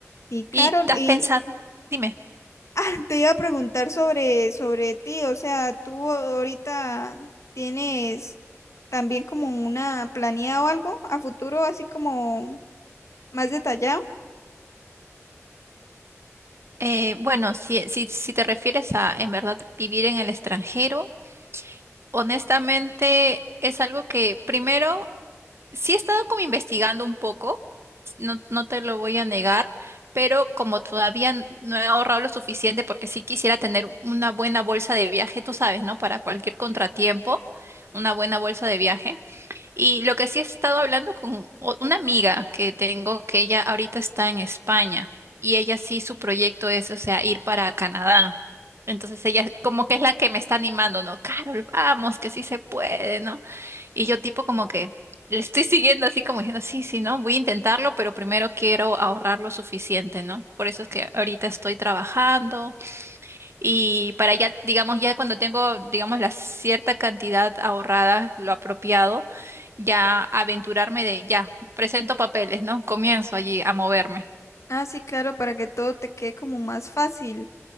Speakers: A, on the left; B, on the right.
A: Y Carol,
B: ¿Y te
A: y
B: has pensado? Dime.
A: <laughs> ah, te iba a preguntar sobre, sobre ti, o sea, tú ahorita tienes también como una planeada o algo a futuro, así como más detallado.
B: Eh, bueno, si, si, si te refieres a en verdad vivir en el extranjero, honestamente es algo que primero sí he estado como investigando un poco, no, no te lo voy a negar, pero como todavía n- no he ahorrado lo suficiente porque sí quisiera tener una buena bolsa de viaje, tú sabes, ¿no? Para cualquier contratiempo, una buena bolsa de viaje. Y lo que sí he estado hablando con o- una amiga que tengo, que ella ahorita está en España y ella sí su proyecto es, o sea, ir para Canadá. Entonces ella como que es la que me está animando, ¿no? Carol, vamos, que sí se puede, ¿no? Y yo tipo como que le estoy <laughs> siguiendo así como diciendo, sí, sí, ¿no? Voy a intentarlo, pero primero quiero ahorrar lo suficiente, ¿no? Por eso es que ahorita estoy trabajando y para ya, digamos, ya cuando tengo, digamos, la cierta cantidad ahorrada, lo apropiado ya aventurarme de ya, presento papeles, ¿no? Comienzo allí a moverme.
A: Ah, sí, claro, para que todo te quede como más fácil